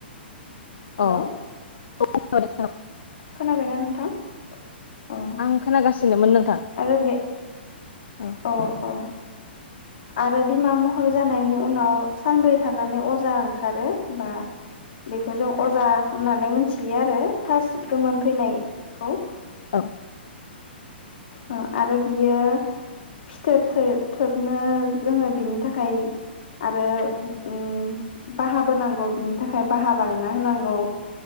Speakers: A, on the left (about 60°); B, on the left (about 75°).
A: हेलौ
B: अह औ खोनादों
A: खोनाबायना नोंथां अ
B: आं खोनागासिनोमोन नोंथां
A: आरो बे
B: औ
A: अ अ आरो बिमा महर जानायनि उनाव सानब्रै थानानै अजा ओंखारो होनबा बेखौ जों अजा होननानै मोनथियो आरो फार्स्ट गोमोन फैनायखौ
B: औ
A: ओ आरो बियो फिथोब थो-थोबनो जोङो बिनि थाखाय आरो उम बाहाबोनांगौ बिनि थाखाय बाहा बानायना होनांगौ